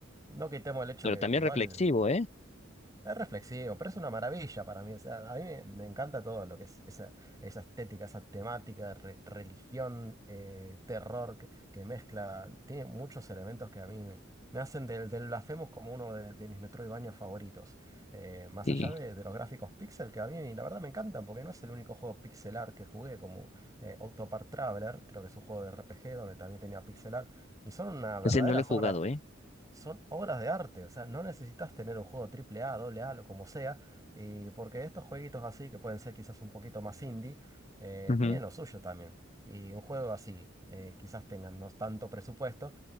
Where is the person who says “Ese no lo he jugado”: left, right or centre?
Left